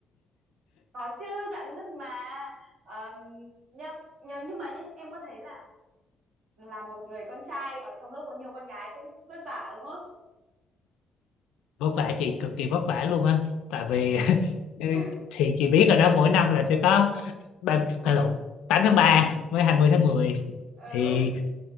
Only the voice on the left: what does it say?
vất vả chị cực kỳ vất vả luôn á tại vì
<laughs>
thì chị biết rồi đó mỗi năm là sẽ có ba à, lộn 8 tháng 3 với hai mươi
tháng mười
thì